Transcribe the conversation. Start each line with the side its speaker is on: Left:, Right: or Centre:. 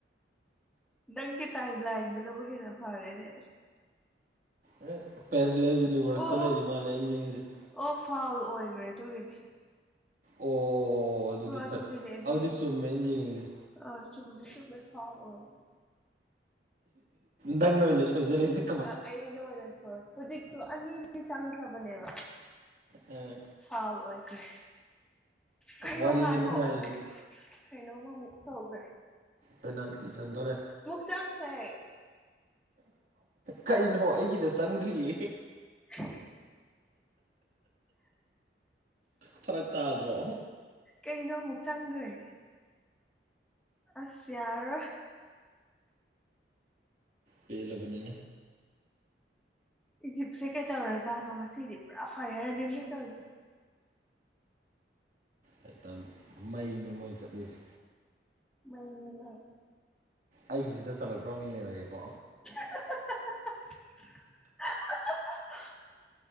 Centre: ꯅꯪꯒꯤ ꯇꯥꯏꯝ ꯂꯥꯏꯡꯗꯨꯅꯕꯨ ꯍꯦꯟꯅ ꯐꯔꯦꯅꯦ
Right: ꯑꯦ ꯄꯦꯔꯂꯦꯜ ꯌꯨꯅꯤꯚꯔꯁꯇ
Centre: ꯑꯣ
Right: ꯂꯩꯔꯤ
Centre: ꯑꯣ
Right: ꯃꯥꯜꯂꯦ ꯑꯩꯅ ꯌꯦꯡꯉꯤꯁꯦ
Centre: ꯑꯣ ꯐꯥꯜ ꯑꯣꯏꯈ꯭ꯔꯦ ꯑꯗꯨꯒꯤꯗꯤ
Right: ꯑꯣ ꯑꯗꯨꯗꯤ
Centre: ꯑꯗꯨꯒꯤꯅꯦ
Right: ꯐꯩ
Centre: ꯑꯗꯨꯒꯤꯅꯦ
Right: ꯑꯗꯨꯗꯤ ꯆꯨꯝꯃꯦꯅ ꯌꯦꯡꯉꯉꯤꯁꯦ
Centre: ꯑ ꯆꯨꯝꯃꯦ ꯆꯃꯦꯦ ꯐꯥꯎꯣꯏ
Right: ꯅꯪ ꯅꯉꯣꯏꯅ ꯁꯣꯏꯖ ꯂꯩꯁꯤꯦ
Centre: ꯑ ꯑꯩꯅ ꯑꯣꯏꯅ ꯁ ꯍꯧꯖꯤꯛꯇꯣ ꯑꯅꯤꯅꯤ ꯆꯪꯈ꯭ꯔꯕꯅꯦꯕ
Right: ꯑ
Centre: ꯐꯥꯎꯜ ꯑꯣꯏꯈ꯭ꯔꯦ ꯀꯩꯗꯧ
Right: ꯋꯥꯔꯤꯁꯦ
Centre: ꯉꯥꯏꯈꯣ
Right: ꯅꯨꯡꯉꯥꯏꯔꯤ
Centre: ꯑꯃꯨꯛ ꯍꯩꯅꯕꯨ ꯃꯛꯇꯧꯒꯦ
Right: ꯄꯦꯅꯥꯜꯇꯤ ꯁꯟꯗꯣꯔꯦ
Centre: ꯆꯪꯈ꯭ꯔꯦ
Right: ꯀꯩꯅꯣ ꯑꯩꯒꯤꯗ ꯆꯪꯗ꯭ꯔꯤꯌꯦ
Centre: <unintelligible>
Right: ꯐꯔꯛ ꯇꯥꯗ꯭ꯔꯣ
Centre: ꯀꯩꯅꯣ ꯑꯃꯨꯛ ꯆꯪꯒ꯭ꯔꯦ ꯑꯁ ꯌꯥꯔꯣꯏ
Right: ꯄꯦꯜꯂꯕꯅꯤ
Centre: ꯏꯖꯤꯞꯁꯦ ꯀꯩꯗꯧꯔꯖꯥꯠꯅꯣ ꯉꯁꯤꯗꯤ ꯄꯨꯔꯥ ꯐꯥꯏꯌꯔꯅꯦ ꯃꯣꯏ ꯇꯧꯔꯤꯖꯤ
Right: ꯍꯦꯇꯝ ꯃꯩꯅꯤ ꯃꯣꯏ ꯆꯠꯂꯤꯁꯤ
Centre: ꯃꯩꯅꯦ ꯃꯩ
Right: ꯑꯩꯒꯤꯖꯤꯗ ꯆꯜꯂꯛꯄ꯭ꯔ ꯑꯃꯨꯛ ꯌꯦꯡꯉꯒꯦꯀꯣ
Centre: <unintelligible>